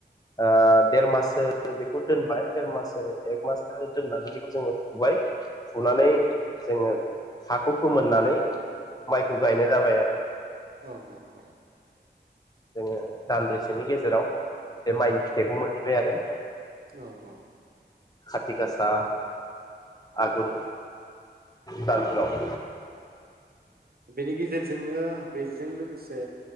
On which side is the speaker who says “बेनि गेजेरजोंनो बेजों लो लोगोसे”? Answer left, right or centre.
Right